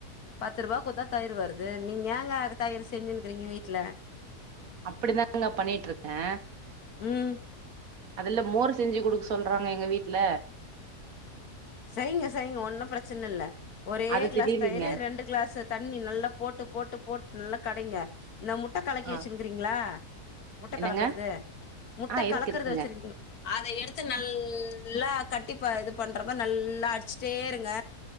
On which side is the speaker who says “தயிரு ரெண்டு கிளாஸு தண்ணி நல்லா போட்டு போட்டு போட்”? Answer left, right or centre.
Left